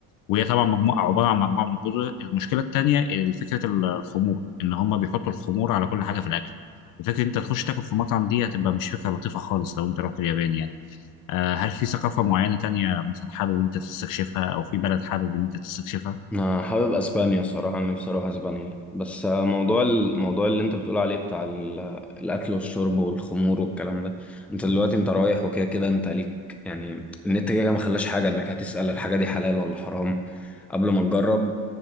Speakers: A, on the left; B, in the centre.
A: وهي طبعا مجموعه عباره عن مجموعه من الجزر المشكله الثانيه فكره ال- الخمور ان هم بيحطوا الخمور على كل حاجه في الاكل الفكره إن انت تخش تاكل في مطعم دي هتبقى مش فكره لطيفه خالص لو انت رحت اليابان يعني آه، هل في ثقافه معينه تانية مثلا حابب انت تستكشفها او في بلد حابب ان انت تستكشفها
B: انا حابب اسبانيا الصراحه أنا نفسي اروح اسبانيا بس آه، موضوع الموضوع اللي انت بتقول عليه بتاع ال- الاكل والشرب والخمور والكلام ده انت دلوقتي انت رايح وكده كده انت ليك يعني النت كده كده ما خلاش حاجه انك هتسال الحاجه دي حلال ولا حرام قبل ما تجرب